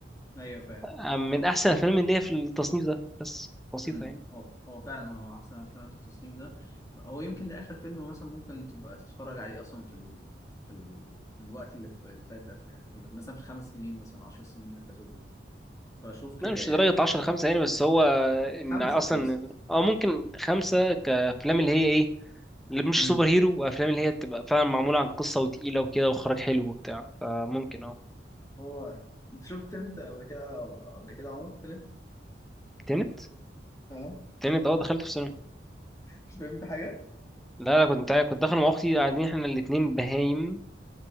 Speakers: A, on the left; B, in the centre.
A: ايوه فاهم
B: آه، من احسن الافلام اللي هي في التصنيف ده بس بسيطه
A: امم
B: يعني
A: هو هو فعلا هو احسن افلام في التصنيف ده هو يمكن ده اخر فيلم مثلا ممكن تبقى تتفرج عليه اصلا في ال... في ال... في الوقت اللي في- اللي فات ده في... يعني في... ال- مثلا في الخمس سنين مثلا عشر سنين اللي فاتوا دول بشوف كده
B: لا مش
A: يعني
B: درجة عشرة خمسة يعني بس هو إن
A: خمسة
B: أصلا
A: خمسة
B: أو ممكن خمسة كأفلام اللي هي إيه اللي مش
A: امم
B: سوبر هيرو وافلام اللي هي بتبقى فعلا معموله عن قصه وتقيله وكده واخراج حلو وبتاع فممكن اه
A: هو انت شفت انت قبل كده قبل كده عمر تلت
B: تنت
A: اه
B: تنت اه دخلته في السينما
A: مش فهمت حاجة؟
B: لا انا كنت كنت داخل مع اختي قاعدين احنا الاتنين بهايم